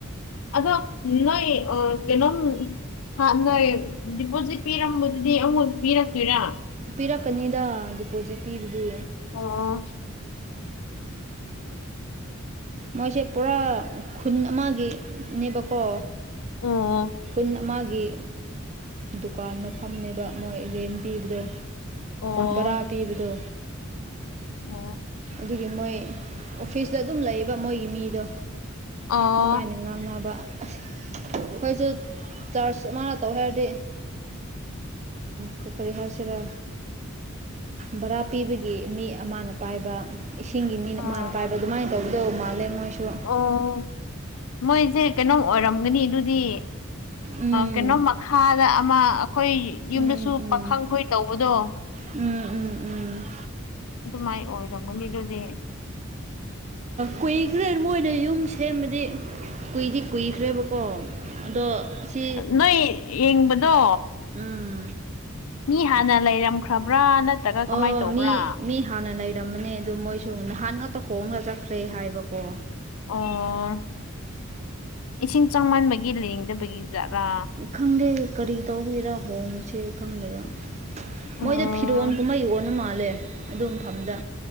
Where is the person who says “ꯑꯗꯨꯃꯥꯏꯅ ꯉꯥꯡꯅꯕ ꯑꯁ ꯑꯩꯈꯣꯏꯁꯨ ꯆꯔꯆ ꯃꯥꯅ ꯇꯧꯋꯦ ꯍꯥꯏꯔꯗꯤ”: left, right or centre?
Right